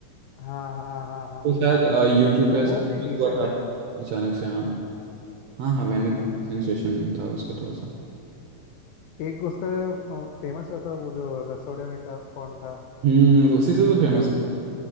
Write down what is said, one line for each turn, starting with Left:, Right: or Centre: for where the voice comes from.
Left: हाँ हाँ हाँ हाँ
Right: वो
Left: हाँ
Right: शायद यूट्यूब पे
Left: तो
Right: ऐसा
Left: वो भी डिसेंट
Right: हुआ था
Left: है यार
Right: अचानक से हाँ हाँ हाँ मैंने
Left: हम्म
Right: देखा, सेंसेशन था उसका थोड़ा सा
Left: एक उसका फेमस हुआ था वो जो रसोड़े में का, कौन था
Right: हम्म उसी से तो फेमस
Left: कर
Right: है